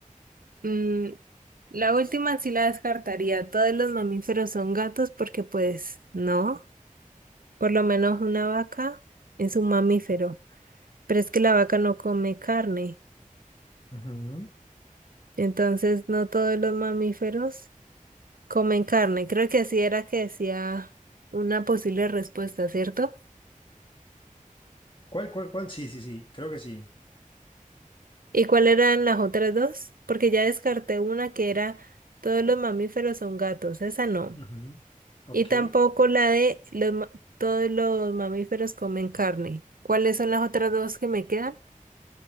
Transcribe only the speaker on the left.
Ujú.
¿Cuál, cuál, cuál? Sí, sí, sí, creo que sí.
Ujú. Ok.